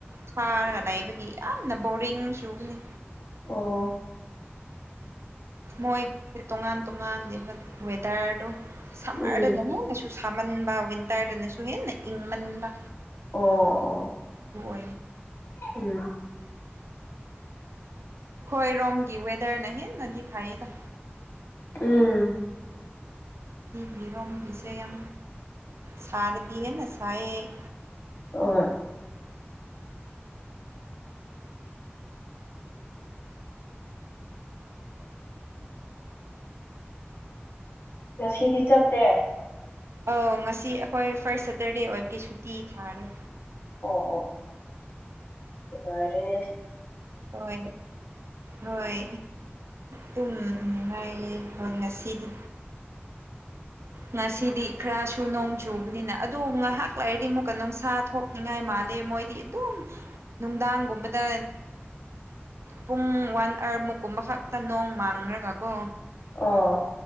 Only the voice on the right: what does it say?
ꯊꯔꯒꯗꯥꯕ ꯣꯔꯤꯁꯨꯨꯕꯅꯤ
ꯃꯣꯏ ꯇꯣꯉꯥꯟ ꯇꯣꯉꯥꯟꯅꯦꯕ ꯋꯦꯗꯔꯗꯣ ꯁꯝꯃꯔꯗꯅ
ꯍꯦꯟꯅꯁꯨ ꯁꯥꯃꯟꯕꯋ ꯇꯥꯏꯔꯅꯁꯨ ꯍꯦꯟꯅ ꯏꯪꯃꯟꯕ
ꯍ
ꯍꯣꯏ ꯔꯣꯝꯒꯤ ꯋꯦꯗꯔꯅ ꯍꯦꯟꯅꯗꯤ ꯐꯩꯌꯦꯗ
ꯃꯤ ꯔꯣꯡ ꯌꯥ ꯁꯥꯔꯗꯤꯦꯅ ꯁꯑ
ꯑꯥꯎ ꯉꯁꯤ ꯑꯩꯈꯣꯏ ꯐꯥꯔꯁ ꯁꯦꯇꯔꯗꯦ ꯑꯣꯏꯕꯒꯤ ꯁꯨꯇꯤ ꯊꯥꯔꯦ
ꯍ ꯍꯣꯏ ꯇꯨꯝꯉꯥꯏꯔꯦ ꯍꯣꯏ ꯉꯁꯤꯗꯤ ꯉꯁꯤꯗꯤ ꯈꯔꯁꯨ ꯅꯣꯡ ꯆꯨꯕꯅꯤꯅ ꯑꯗꯨ ꯉꯥꯏꯍꯥꯛ ꯂꯥꯛꯔꯗꯤ ꯑꯃꯨꯛꯀ ꯅꯨꯡꯁꯥ ꯊꯣꯛꯅꯤꯡꯉꯥꯏ ꯃꯥꯜꯜꯂꯤ ꯃꯣꯏꯗꯤ ꯑꯗꯨ ꯅꯨꯡꯗꯥꯡꯒꯨꯝꯕꯗ ꯄꯨꯡ ꯋꯥꯟ ꯑꯥꯋꯥꯔꯃꯨꯛꯀꯨꯝꯕ ꯈꯛꯇ ꯅꯣꯡ ꯃꯥꯡ ꯈꯅ ꯀꯥꯀꯣ